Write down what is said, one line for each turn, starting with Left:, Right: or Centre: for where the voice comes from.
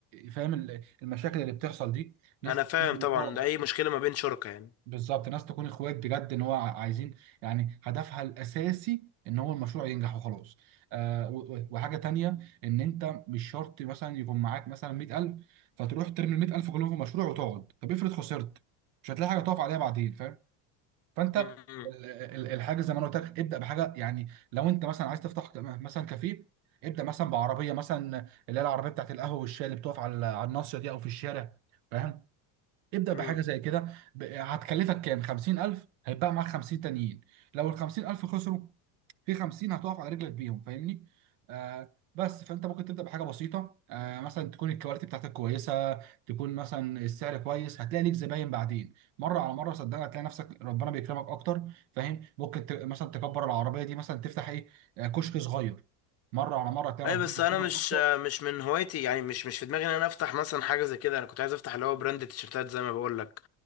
Right: فاهم ال- المشاكل اللي بتحصل دي ناس
Left: انا فاهم طبعا
Right: اه
Left: ده اي مشكلة ما بين شركاء يعني
Right: بالظبط ناس تكون اخوات بجد ان هو ع- عايزين يعني هدفها الاساسي ان هو المشروع ينجح وخلاص آه و- و- وحاجه تانية ان انت مش شرط مثلا يكون معاك مثلا 100000 فتروح ترمي ال 100000 كلهم في مشروع وتقعد طب افرض خسرت مش هتلاقي حاجه تقف عليها بعدين فاهم فانت
Left: امم
Right: ال- ال- الحاجه زي ما انا قلت لك ابدا بحاجه يعني لو انت مثلا عايز تفتح ك- مثلا كافيه ابدا مثلا بعربيه مثلا اللي هي العربيه بتاعت القهوه والشاي اللي بتقف على على الناصيه دي او في الشارع فاهم؟ ابدأ بحاجة
Left: امم
Right: زي كده ب- هتكلفك كام 50000 هيبقى معاك 50 تانيين لو ال 50000 خسروا في 50 هتقف على رجلك بيهم فاهمني آه بس فانت ممكن تبدأ بحاجة بسيطة آه مثلا تكون الكواليتي بتاعتك كويسة تكون مثلا السعر كويس هتلاقي ليك زباين بعدين مرة على مرة صدقني هتلاقي نفسك ربنا بيكرمك اكتر فاهم ممكن ت... مثلا تكبر العربية دي مثلا تفتح ايه آه، كشك صغير مرة على مرة هتلاقي
Left: اي
Right: ربنا
Left: بس
Right: بيكرمك
Left: انا مش
Right: اكتر
Left: مش من هوايتي يعني مش مش في دماغي ان انا افتح مثلا حاجة زي كده انا كنت عايز افتح اللي هو براند تيشرتات زي ما بقول لك